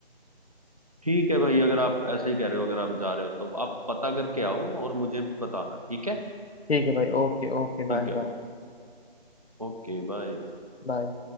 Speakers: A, on the right; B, on the left.
A: ठीक है भाई अगर आप ऐसे ही कह रहे हो अगर आप जा रहे हो तो आप पता करके आओ और मुझे बताना ठीक है
B: ठीक है भाई okay okay
A: ठीक
B: bye
A: है
B: bye
A: ओके बाय
B: Bye